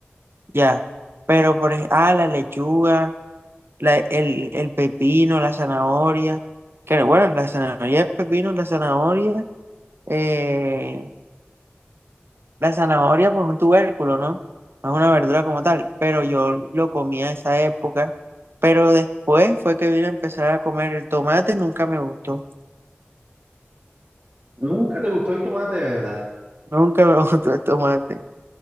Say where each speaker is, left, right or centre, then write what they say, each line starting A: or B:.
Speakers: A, on the right (about 65°); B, on the right (about 45°).
A: ya. Pero por ejemplo, ah, la lechuga. la- el, el pepino, la zanahoria, que bueno, la zanahoria es pepino, la zanahoria, eh, la zanahoria pues es un tubérculo, ¿no? No es una verdura como tal, pero yo lo comía en esa época, pero después fue que vine a empezar a comer el tomate, nunca me gustó,
B: Nunca te gustó el tomate, ¿verdad?
A: nunca me <laughs> gustó el tomate,